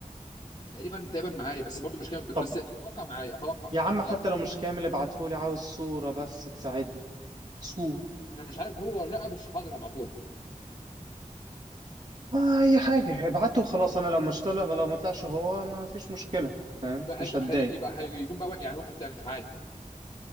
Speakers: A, on the left (about 40°); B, on the right (about 60°).
A: تقريبا تقريبا معايا بس برضو مش كام
B: طب
A: بس اتوقع معايا اتوقع
B: يا عم
A: اتوقع
B: حتى لو مش كامل ابعتهولي عاوز صوره بس تساعدني صور
A: انا مش عارف هو ولا لا مش حاضر هبعته لك
B: آه اي حاجه ابعته وخلاص انا لو مش طلع لو ما طلعش هو ما فيش مشكله فاهم
A: يبقى
B: مش
A: هيكون
B: هتضايق
A: هي- يبقى هيكون بقى يعني واحد تاني في عادي